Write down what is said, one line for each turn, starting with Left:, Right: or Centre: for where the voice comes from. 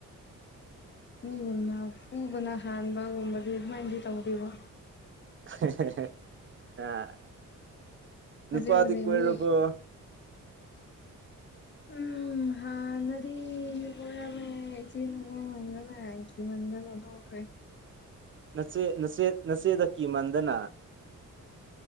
Left: ꯃꯤꯒꯨꯝꯅ ꯐꯨꯕꯅ ꯍꯥꯟꯕꯒꯨꯝꯕꯗꯤ ꯑꯗꯨꯝꯃꯥꯏꯟꯗꯤ ꯇꯧꯗꯦꯕ
Right: <unintelligible> ꯑꯥ ꯅꯨꯄꯥꯗꯤ
Left: ꯑꯁꯦꯡꯕꯅꯦ
Right: ꯀꯣꯏꯔꯕꯣ
Left: ꯃꯤ ꯎꯝ ꯎꯝ ꯍꯥꯟꯅꯗꯤ ꯀꯣꯏꯔꯝꯃꯦ ꯏꯆꯦꯅ ꯉꯥꯡꯃꯟꯗꯅ ꯀꯤꯃꯟꯗꯅ <unintelligible> ꯇꫭꯛꯈ꯭ꯔꯦ
Right: ꯅꯆꯦ ꯅꯆꯦ ꯅꯆꯦꯗ ꯀꯤꯃꯟꯗꯅ